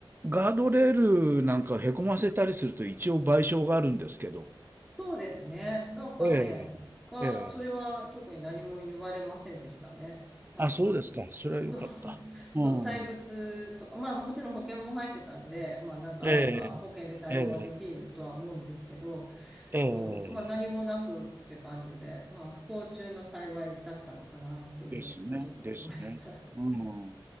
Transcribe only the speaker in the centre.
そうですね。なんかね、
が、
それは特に何も言われませんでしたね。なんか、
そう、<laughs> そう、
対物とか、まあもちろん保険も入ってたんで、まあなんかあれば保険で対応はできるとは思うんですけど、
そう、まあ何もなくって感じで、まあ不幸中の幸いだったのかなっていうことがありました。
<laughs>